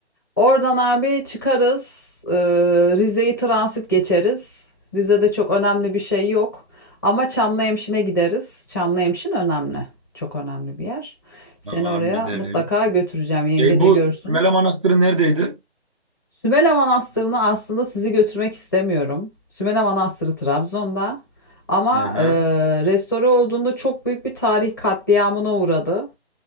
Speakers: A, on the left; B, on the right.
A: Oradan abi çıkarız. e, Rize'yi transit geçeriz. Rize'de çok önemli bir şey yok. Ama Çamlıhemşin'e gideriz. Çamlıhemşin önemli. Çok önemli bir yer. Seni
B: Tamam
A: oraya
B: gidelim.
A: mutlaka götüreceğim. Yenge
B: Ya
A: de
B: bu
A: görsün.
B: Sümele Manastırı neredeydi?
A: Sümele Manastırı'na aslında sizi götürmek istemiyorum. Sümele Manastırı Trabzon'da. Ama
B: Hı hı.
A: e, restore olduğunda çok büyük bir tarih katliamına uğradı.